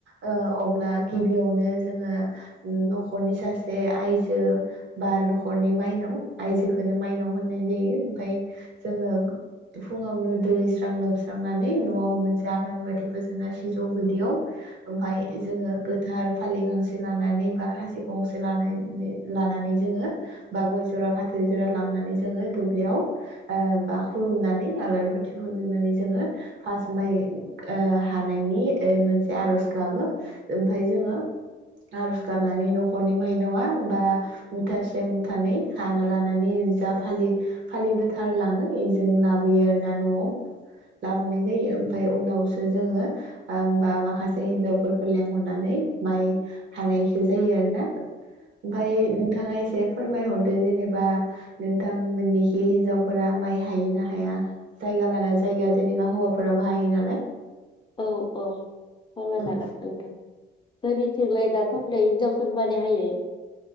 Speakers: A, on the right; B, on the left.
A: ओ अब्ला गिबियावनो जोङो नख'रनि सासे आइजो बा नख'रनि माइनाव आयजोखोनो माइनाव होननाय जायो ओमफाय जोङो फुङावनो दैैगैस्रां लोबस्रांनानै न'आव मोनसे आनारि बाथि फोजोंना सिजौ गुदियाव ओमफाय जोङो गोथार फालि गांसे लानानै बा खासि गंसे लानायनै लानानै जोङो बा गय जरा फाथै जरा लांनानै जों जोङो दुब्लियाव ओ बा खुुलुमनानै आलरि बाथि फोजोंनानै जोङो फास माइ ओ हानायनि ओ मोनसे आरज गाबो। ओमफाय जोङो आरज गाबनानै नख खरनि माइनावा बा मुथासे मुथानै हाना लानानै जा फालि फालि गोथार लाङो इजों लाब बोयो आरो ना न'आव लाबोनाय जायो। ओमफाय उनावसो जोङो होनबा माखासे हिनजावफोरखौ लेंहरनानै माइ हानायखो जायो आरो ना? ओमफाय नोंथाङा इसे फोरमायहरद दो जेनेबा नोंथां मोननिखि हिनजावफोरा माइ हायो ना हाया? जायगा लाना जायगा जेनेबा हौवाफो हायो नालाय?
B: औ औ फोरमाय
A: औ
B: जागोन नोंथां। जोंनिथिंलाय दा सान्दै हिन्जावफोरमानि हायो।